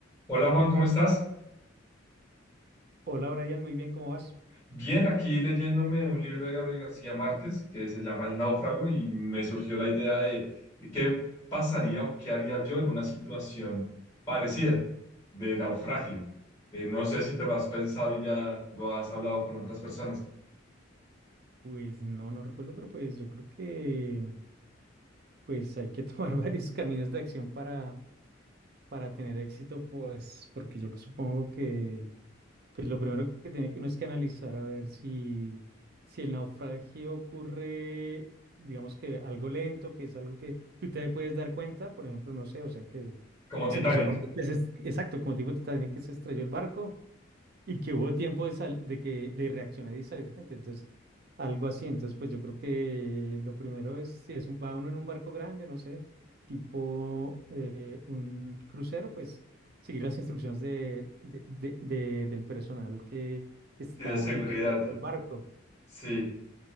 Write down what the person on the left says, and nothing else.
Hola Juan, ¿cómo estás?
Bien, aquí leyéndome un libro de Gabriel García Márquez que se llama El náufrago y me surgió la idea de qué pasaría o qué haría yo en una situación parecida de naufragio. Eh, no sé si te lo has pensado y ya lo has hablado con otras personas,
como
Titanic,
sí, de seguridad,
sí,